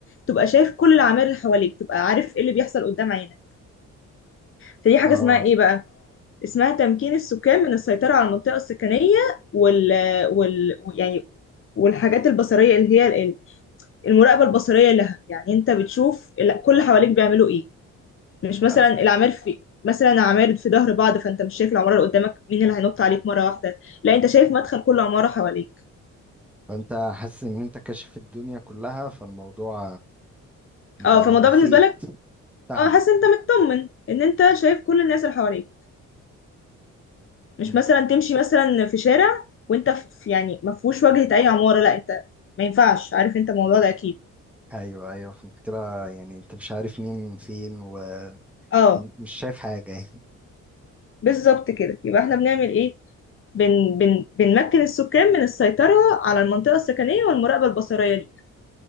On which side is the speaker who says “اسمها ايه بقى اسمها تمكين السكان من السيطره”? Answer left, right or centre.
Left